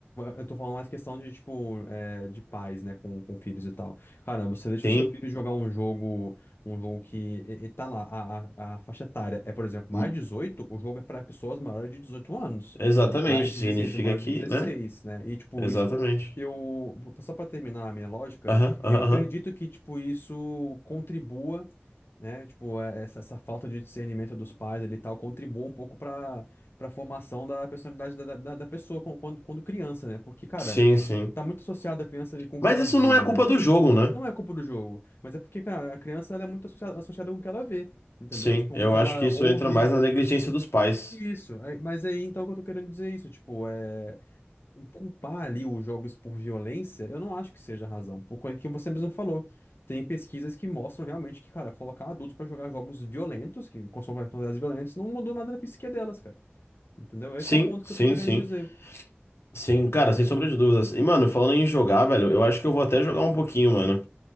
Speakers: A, on the left; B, on the left.
A: Eu tô falando mais questão de, tipo, é, de pais, né, com, com filhos e tal. Cara, você deixa
B: Tem.
A: o seu filho jogar um jogo um jogo que e- e tá lá, a, a, a faixa etária é, por exemplo, mais
B: hum,
A: de 18 o jogo é para pessoas maiores de 18 anos,
B: Exatamente,
A: mais de
B: significa
A: 16 e maior
B: que,
A: de 16
B: né?
A: né? E, tipo,
B: Exatamente.
A: isso. Eu, só para terminar a minha lógica,
B: Aham, aham,
A: eu acredito
B: aham.
A: que, tipo, isso contribua, né? Tipo, é- essa, essa falta de discernimento dos pais ali e tal, contribua um pouco para para formação da personalidade da, da, da pessoa com- quando, quando criança, né? Porque, cara,
B: Sim, sim.
A: tá muito associado a criança ali com o
B: Mas
A: que ela
B: isso
A: vê,
B: não é culpa
A: né?
B: do jogo, né?
A: Não é culpa do jogo, mas é porque, cara, a criança ela é muito associada, associada com o que ela vê, entendeu?
B: Sim,
A: Tipo,
B: eu
A: com o que
B: acho
A: ela
B: que isso
A: ouve.
B: entra mais na negligência dos pais.
A: Isso, aí- mas aí então que eu tô querendo dizer é isso, tipo, é. Culpar ali os jogos por violência, eu não acho que seja a razão. Por coisa que você mesmo falou. Tem pesquisas que mostram realmente que, cara, colocar adultos pra jogar jogos violentos, que consomem quantidades violentas, não mudou nada na psique delas, cara. Entendeu? Esse
B: Sim,
A: é o ponto
B: sim,
A: que eu tô querendo
B: sim.
A: dizer.
B: Sim, cara, sem sombra de dúvidas. E, mano, falando em jogar, velho, eu acho que eu vou até jogar um pouquinho, mano.